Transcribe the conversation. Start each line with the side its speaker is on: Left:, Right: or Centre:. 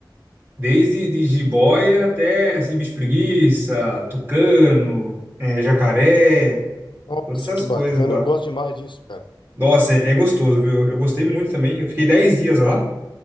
Right: desde de jiboia até, assim, bicho preguiça, tucano, eh, jacaré,
Left: Nossa,
Right: todas essas
Left: que bacana,
Right: coisas lá.
Left: eu gosto demais disso, cara.
Right: Nossa, é, é gostoso, viu? Eu gostei muito também. Eu fiquei 10 dias lá